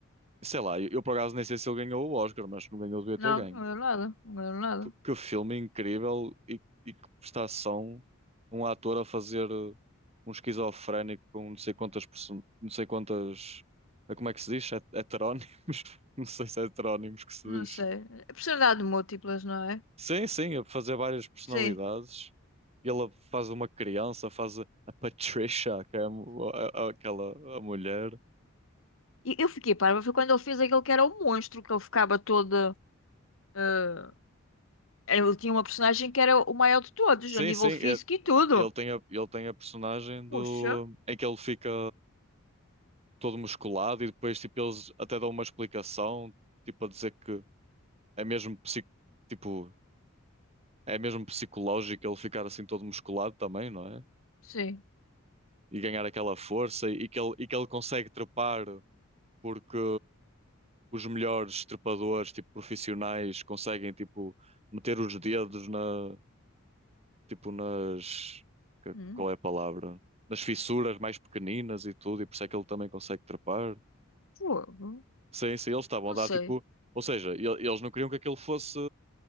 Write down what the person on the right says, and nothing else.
sei lá, eu, eu por acaso nem sei se ele ganhou o Oscar, mas se não ganhou, devia ter
ganho.
Porque Que filme incrível e, e que prestação um um ator a fazer eh, um esquizofrénico com não sei quantas, perso- não sei quantas, eh, como é que se diz? Het- Heterónimos? <laughs> Não sei se é heterónimos que se
diz.
Sim, sim, a fazer várias personalidades.
e ela faz uma criança, faz a a Patricia, que é a mu- a- a- aquela a mulher.
Sim,
sim,
é-
ele tem a, ele tem a personagem do,
em que ele fica todo musculado e depois tipo, eles até dão uma explicação, tipo a dizer que é mesmo, psic, tipo, é mesmo psicológico ele ficar assim todo musculado também, não é?
E ganhar aquela força e que ele, e que ele consegue trepar porque os melhores trepadores, tipo, profissionais, conseguem, tipo, meter os dedos na, tipo, nas, que-
qual é a palavra? Nas fissuras mais pequeninas e tudo, e por isso é que ele também consegue trepar.
Sim, sim, eles estavam
a dar,
tipo, ou seja, ele- eles não queriam que aquilo fosse